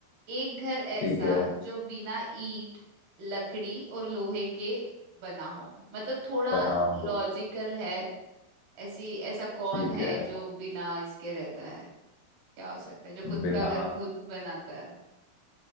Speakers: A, on the right (about 75°); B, on the left (about 75°).
A: एक घर ऐसा
B: ठीक है
A: जो बिना ईंट लकड़ी और लोहे के बना हो मतलब थोड़ा
B: बना हो
A: लॉजिकल है ऐसी ऐसा कौन
B: ठीक
A: है
B: है
A: जो बिना इसके रहता है क्या हो सकता है जो खुद
B: बिना
A: का घर खुद बनाता है